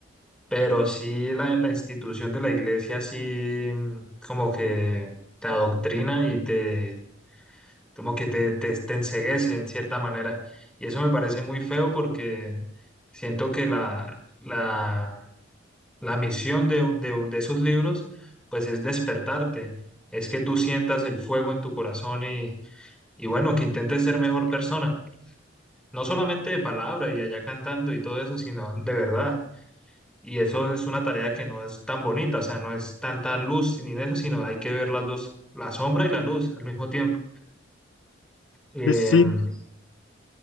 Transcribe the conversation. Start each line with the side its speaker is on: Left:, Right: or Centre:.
Centre: Pero sí la, la institución de la iglesia sí mm, como que te adoctrina y te, como que te, te, te enceguece en cierta manera. Y eso me parece muy feo porque siento que la, la, la misión de, un de, un de esos libros pues es despertarte, es que tú sientas el fuego en tu corazón y bueno, que intente ser mejor persona, no solamente de palabra y allá cantando y todo eso, sino de verdad. Y eso es una tarea que no es tan bonita, o sea, no es tanta luz ni de eso, sino hay que ver las dos, la sombra y la luz al mismo tiempo. Em,
Left: Sí, sí, sí.